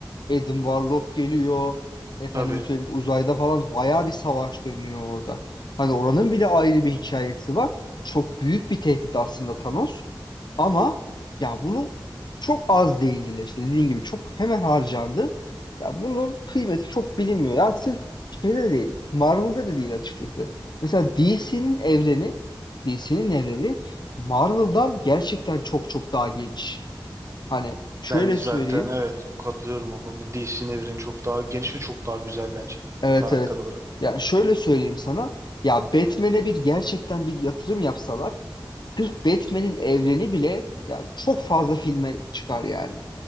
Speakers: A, on the left; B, on the right.
A: Adam Warlock geliyor. Efendim
B: Tabii.
A: söyleyeyim uzayda falan bayağı bir savaş dönüyor orada. Hani oranın bile ayrı bir hikayesi var. Çok büyük bir tehdit aslında Thanos. Ama ya bunu çok az değindiler işte dediğin gibi çok hemen harcandı. Ya bunun kıymeti çok bilinmiyor. Ya sırf şeyde de değil, Marvel'da da değil açıkçası. Mesela DC'nin evreni, DC'nin evreni Marvel'dan gerçekten çok çok daha geniş. Hani şöyle
B: Ben zaten
A: söyleyeyim.
B: evet katılıyorum o konuda. DC'nin evreni çok daha geniş ve çok daha güzel bence
A: Evet
B: karakter
A: evet.
B: olarak.
A: Ya şöyle söyleyeyim sana. Ya Batman'e bir gerçekten bir yatırım yapsalar sırf Batman'in evreni bile ya çok fazla filme çıkar yani.